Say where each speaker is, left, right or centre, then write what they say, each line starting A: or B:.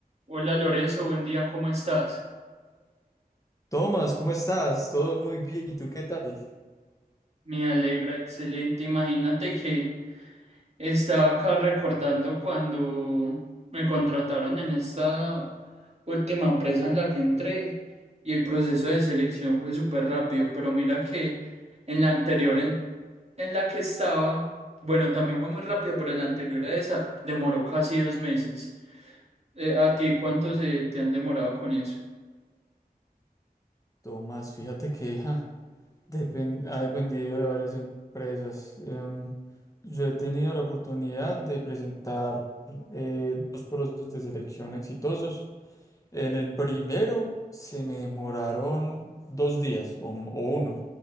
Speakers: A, on the right; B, on the left.
A: Hola Lorenzo, buen día, ¿cómo estás?
B: Tomás, ¿cómo estás? Todo muy bien. ¿Y tú qué tal?
A: Me alegra, excelente. Imagínate que estaba acá recordando cuando me contrataron en esta última empresa en la que entré y el proceso de selección fue súper rápido, pero mira que en la anterior en, en la que estaba, bueno, también fue muy rápido, pero la anterior a esa demoró casi dos meses. Eh, ¿a ti cuánto se te han demorado con eso?
B: Tomás, fíjate que ja, depen- ha dependido de varias empresas. Em, yo he tenido la oportunidad de presentar eh, dos procesos de selección exitosos En el primero se me demoraron dos días o, m- o uno.